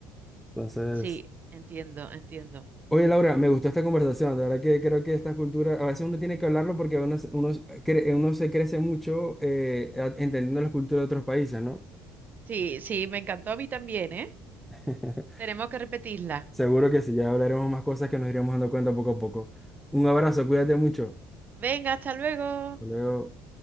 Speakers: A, in the centre; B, on the right.
A: Entonces...
B: sí, entiendo, entiendo.
A: Oye, Laura, me gustó esta conversación. De verdad que creo que esta cultura, a veces uno tiene que hablarlo porque uno, uno cre- uno se crece mucho eh, a- entendiendo la cultura de otros países, ¿no?
B: Sí, sí, me encantó a mí también, ¿eh?
A: <laughs>
B: Tenemos que repetirla.
A: Seguro que sí, ya hablaremos más cosas que nos iremos dando cuenta poco a poco. Un abrazo, cuídate mucho.
B: Venga, hasta luego.
A: Hasta luego.